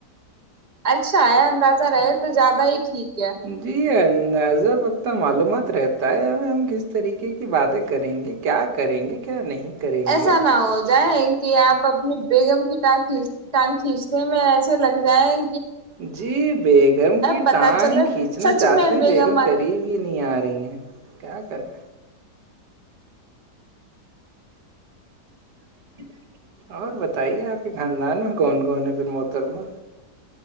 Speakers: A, on the right; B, on the right.
A: اچھا ہے اندازہ رہے تو زیادہ ہی ٹھیک ہے
B: جی نذب وقت معلومات رہتا ہے ہمیں ہم کس طریقے کی باتیں کریں گے کیا کریں گے کیا نہیں کریں
A: ایسا
B: گے
A: نہ ہو جائے کہ آپ اپنی بیگم کی ٹانگ کھینچ ٹانگ کھینچنے میں ایسے لگ جائےیں
B: جی بیگم کی
A: پتا
B: ٹانگ
A: چلے
B: کھینچنا
A: سچ
B: چاہتے
A: میں
B: ہیں بیگم
A: آ
B: قریب
A: کے
B: ہی نہیں آ رہی ہیں کیا کرے
A: <unintelligible>
B: اور بتائیے آپ کے خاندان میں کون کون ہے پھر محترمہ